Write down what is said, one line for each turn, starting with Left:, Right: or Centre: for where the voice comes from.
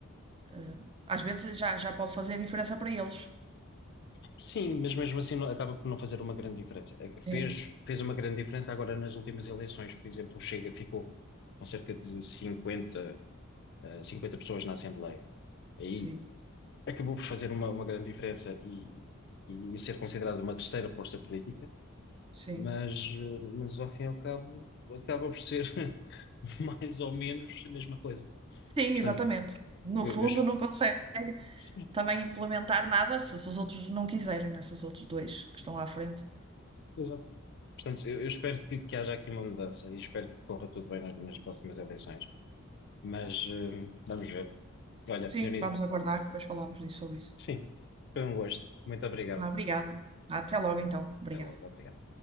Right: Eh, às vezes já, já pode fazer diferença para eles.
Left: Sim, mas mesmo assim não- acaba por não fazer uma grande diferença. Eh, Fez,
Right: Sim,
Left: fez uma grande diferença agora nas últimas eleições. Por exemplo, o Chega ficou com cerca de 50, eh, 50 pessoas na Assembleia. Aí
Right: sim,
Left: acabou por fazer uma, uma grande diferença e, e ser considerado uma terceira força política,
Right: sim.
Left: mas, eh, mas ao fim e ao cabo acaba por ser <laughs> <laughs> mais ou menos a mesma coisa.
Right: Sim,
Left: Portanto,
Right: exatamente. No
Left: eu,
Right: fundo,
Left: eu es-
Right: não consegue
Left: sim,
Right: também implementar nada se, se os outros não quiserem, né? Se os outros dois que estão à frente.
Left: exato. Portanto, eu, eu espero que, que haja aqui uma mudança e espero que corra tudo bem nas, nas próximas eleições. Mas hum, vamos ver. Olha, Dionísio,
Right: Sim, vamos aguardar, depois falamos disso sobre isso.
Left: sim, foi um gosto. Muito obrigado.
Right: Ah, obrigada. Até logo, então. Obrigada.
Left: Até logo, obrigado.